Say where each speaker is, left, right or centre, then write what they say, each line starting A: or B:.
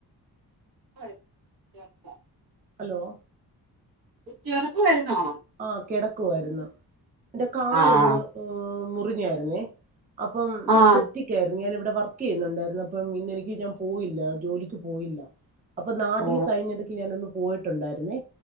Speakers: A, on the right; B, on the right.
A: അ <unintelligible>
B: ഹലോ
A: കെടക്കുവായിരുന്നോ വരുന്നോ
B: ആഹ് കെടക്കുയിരുന്നു എന്റെ കാലൊന്ന്
A: ആഹ്
B: മുറിഞ്ഞാരുന്നേ അപ്പം
A: ആഹ്
B: സെറ്റിക്കായിരുന്നു ഞാന ഇവിടെ- വർക്ക് ചെയ്യുന്നുണ്ടായിരുന്നു അപ്പം ഇന്നെനിക്ക് ഞാൻ പോയില്ല ജോലിക്ക് പോയില്ല അപ്പൊ നാട്ടില്
A: ഓ
B: കഴിഞ്ഞ ഇടയ്ക്കു ഞാനൊന്ന് പോയിട്ടുണ്ടായിരുന്നേ